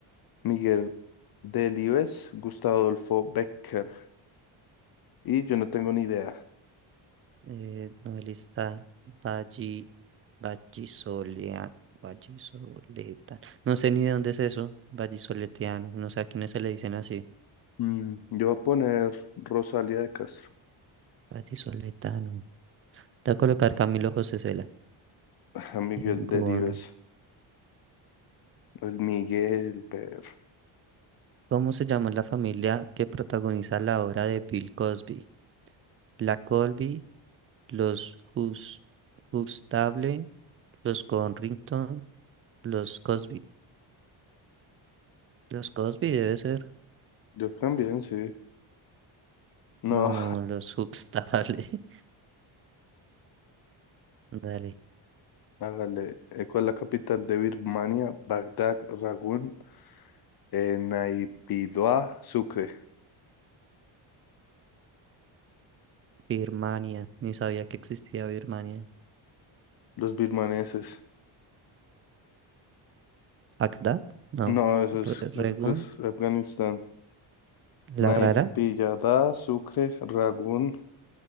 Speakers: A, on the left; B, on the right.
A: Miguel Delibes, Gustavo Adolfo Becker. Y yo no tengo ni idea.
B: Eh, novelista Valli, Vallisolea- Vallisoletano. No sé ni de dónde es eso. Vallisoletiano. No sé a quiénes se le dicen así.
A: Mm, yo voy a poner Rosalia de Castro.
B: Vallisoletano. Te voy a colocar Camilo José Cela.
A: <laughs> A Miguel
B: Ninguno.
A: Delibes. El Miguel, pero.
B: ¿Cómo se llama la familia que protagoniza la obra de Bill Cosby? La Colby, los Hus- Huxtable, los Corrington, los Cosby. Los Cosby debe ser.
A: Yo también, sí. No,
B: No,
A: <laughs>
B: los Huxtable. <laughs> Dale. Dale.
A: hágale. Eh, ¿Cuál es la capital de Birmania? Bagdad, Ragún, eh, Naypyidaw, Sucre.
B: Birmania. Ni sabía que existía Birmania.
A: Los birmaneses.
B: Bagdad. No.
A: No, eso es,
B: Re- Regún.
A: eso creo es Afganistán.
B: La
A: Naipillada,
B: Rara.
A: Sucre, Ragún.